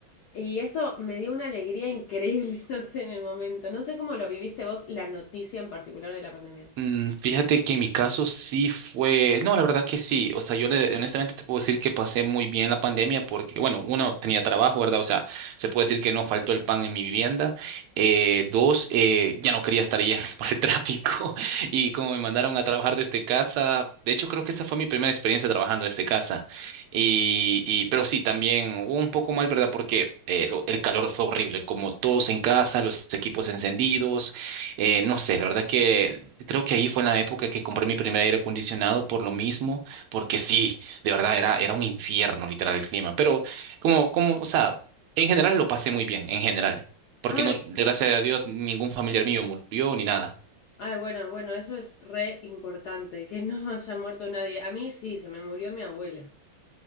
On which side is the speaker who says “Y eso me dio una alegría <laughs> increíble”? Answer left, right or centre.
Left